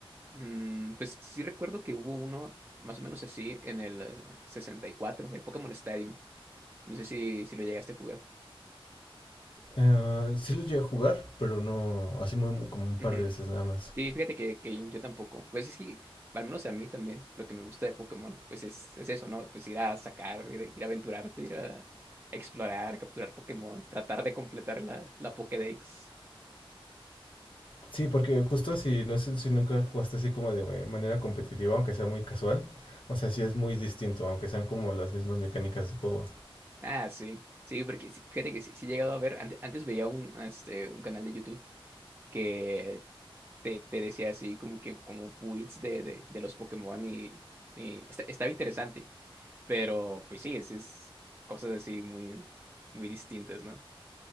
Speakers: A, on the right; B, on the left.
A: Mm, pues sí recuerdo que hubo uno más o menos así en el eh, sesenta y cuatro el Pokémon Stadium. No sé si, si lo llegaste a jugar.
B: Eh, sí lo llegué a jugar, pero no, así muy, muy- como un
A: Ujú.
B: par de veces nada más.
A: Sí, fíjate que, que yo tampoco. Pues es que, al menos a mí también, lo que me gusta de Pokémon, pues es, es eso, ¿no? Pues ir a sacar, ir, ir a aventurarte, ir a explorar, capturar Pokémon, tratar de completar la, la Pokédex.
B: Sí, porque justo si, no sé si nunca jugaste así como de manera competitiva, aunque sea muy casual, o sea, sí es muy distinto, aunque sean como las mismas mecánicas de juego.
A: Ah, sí. Sí, porque sí, fíjate que sí, sí he llegado a ver, ante- antes veía un, este, un canal de YouTube que te, te decía así, como que como builds de, de, de los Pokémon y, y esta- estaba interesante, pero pues sí, es, es cosas así muy, muy distintas, ¿no?